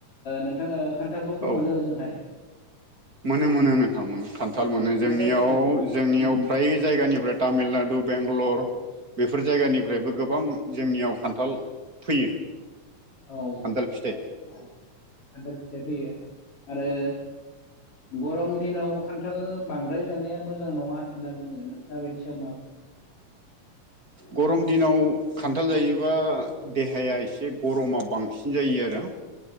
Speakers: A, on the left (about 45°); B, on the right (about 30°).
A: नोंथाङा खान्थालखौथ'
B: औ
A: मोनो ओजोंहाय।
B: मोनो मोनो नोंथांमोन खान्थाल
A: औ
B: मोनो जोंनियाव
A: नाथाय
B: जोंनियाव
A: उम
B: फ्राय। जायगानिफ्राय तामिलनाडु बेंगलर। बेफोर जायगानिफ्रायबो गोबां जोंनियाव खान्थाल फैयो।
A: औ
B: खान्थाल फिथाइ
A: खान्थाल फिथाइ फैयो आरो।
B: <unintelligible>
A: गरम दिनाव खान्थाल बांद्राय जानाया मोजां नङा होनना बुङो नोंथाङ बेनि सायाव मा
B: गरम दिनाव खान्थाल जायोबा देहाया एसे गरमा बांसिन जायो आरो